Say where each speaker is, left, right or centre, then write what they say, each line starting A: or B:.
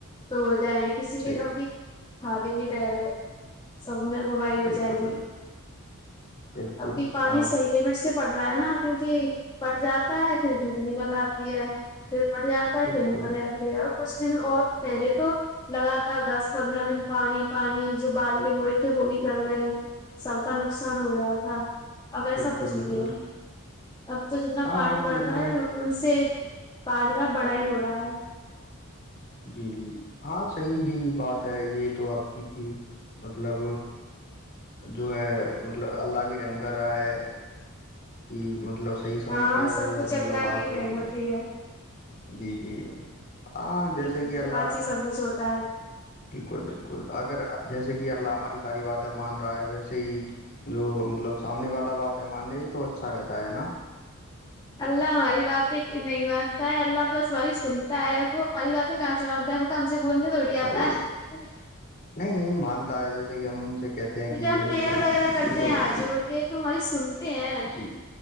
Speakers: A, on the left; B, on the left.
A: تو ہو جائیں گے کسی کے
B: صحیح
A: گم کی کھا بھی نہیں رہ رہے سب میں ببائی ہو
B: بالکل
A: جائے گی
B: بال بالکل
A: اب کہ پانی
B: ہاں
A: صحیح لمٹ سے پڑ رہا ہے نا کیونکہ پٹ جاتا ہے پھر ج نکل آتی ہے پھر پٹ جاتا ہے
B: بالکل
A: پھر نکل آ اور کچھ دن اور پہلے تو لگاتار دس پندرہ دن پانی پانی جو بالٹی وہئے تھے وہ بھی کر گئے سب کا نقصان ہو گیا تھا اب ایسا
B: بالکل
A: کچھ نہیں
B: بالکل
A: ہے اب تو جتنا
B: ہاں
A: پانی
B: ہاں،
A: پڑ
B: مطلب
A: رہا ہے ان سے باجرا بڑا ہی ہو رہا ہے
B: جی جی ہاں صحیح ہی بات ہے یہ تو آپ کی کہ مطلب جو ہے مطلب اللہ بھی رحم کر رہا ہے کہ مطلب صحیح سمے
A: ہاں
B: پر
A: سب کچھ اللہ
B: مطلب بارشیں
A: کی رحمت
B: ہو رہی ہیں
A: ہی ہے
B: جی جی ہاں جیسے
A: اس
B: کہ اللہ
A: بعد ہی سب کچھ ہوتا ہے
B: بالکل بالکل اگر جیسے کہ اللہ ہماری ساری باتیں مان رہا ہے ویسے ہی جو مطلب سامنے والا بات ہے ماننے تو اچھا رہتا ہے نا
A: اللہ ہماری باتیں نہیں مانتا ہے اللہ بس ہماری سنتا ہے وہ ہماری باتیںان منتا ہے م ہم سے بولنے تھوڑی
B: ارے
A: آتا ہے
B: نہیں مانتا ہے جیسے کہ امن سے کہتے ہیں
A: تو
B: کہ
A: پھر ہم
B: یہ
A: پریئر
B: وہ
A: وغیرہ کرتے
B: تو
A: ہیں ہاتھ جو اڑ کے تمہاری سن ہیں
B: جی